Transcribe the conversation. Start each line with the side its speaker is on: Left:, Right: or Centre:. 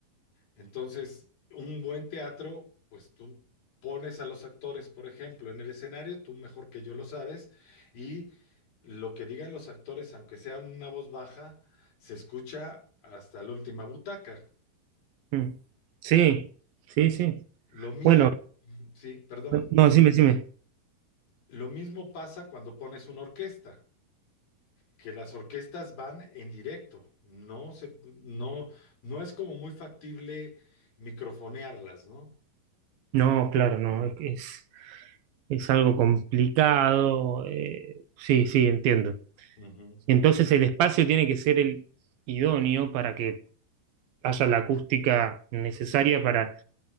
Left: Entonces, un buen teatro, pues tú pones a los actores, por ejemplo, en el escenario, tú mejor que yo lo sabes, y lo que digan los actores, aunque sea una voz baja, se escucha hasta la última butaca.
Right: mm. Sí, sí, sí.
Left: Lo mismo,
Right: Bueno,
Left: sí, perdón.
Right: no, no, decime, decime.
Left: Lo mismo pasa cuando pones una orquesta. que las orquestas van en directo, no se, no, no es como muy factible microfonearlas, ¿no?
Right: No, claro, no, es, es, es algo complicado. eh, sí, sí, entiendo.
Left: Ujú.
Right: Entonces el espacio tiene que ser el idóneo para que haya la acústica necesaria para,